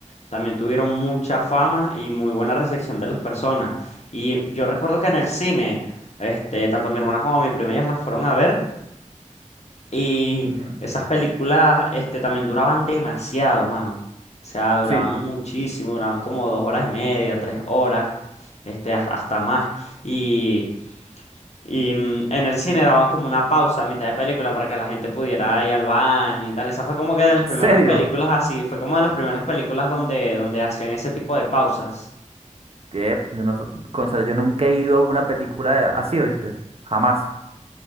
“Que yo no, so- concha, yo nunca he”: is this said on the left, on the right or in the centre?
Right